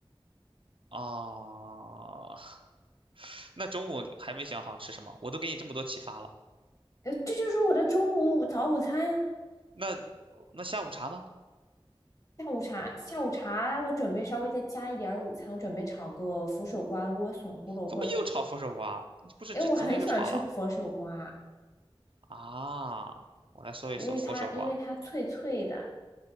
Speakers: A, on the right; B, on the left.
A: 啊，<laughs> 那中午还没想好吃什么，我都给你这么多启发了，
B: 呃，这就是我的中午早午餐啊。
A: 那那下午茶呢？
B: 下午茶，下午茶我准备稍微再加一点儿午餐，我准备炒个佛手瓜莴笋胡萝卜，
A: 怎么又炒佛手瓜？不是，
B: 因为我很喜欢吃佛手瓜，
A: 这昨天就炒了啊！我来搜一搜佛手瓜，
B: 因为它因为它脆脆的，